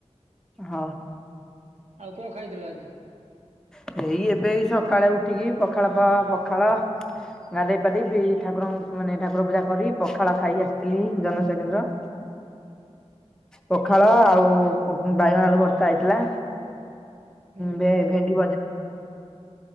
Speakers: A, in the centre; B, on the right.
A: ହଁ
B: ଆଉ କଣ ଖାଇଥିଲ ଆଜି?
A: ହେଇ ଏବେ ଏଇ ସକାଳୁ ଉଠିକିକ ବର୍ଗୁକି ସକାଳେ ଉଠିକି ପଖାଳ ପଖାଳ। ଗାଧୋଇ ପାଧେଇି ଠାକୁରଙ୍କୁ ମାନେ ଠାକୁର ପୂଜା କରି ପଖାଳ ଖାଇ ଆସିଥିଲି ଜନସବାକେନ୍ଦ୍ର ପଖାଳ ଆଉ ବାଇଗଣ ଆଳୁ ଭର୍ତ୍ତା ହେଇଥିଲା।
B: ହୁଁ
A: ଭେବଭେଣ୍ଡି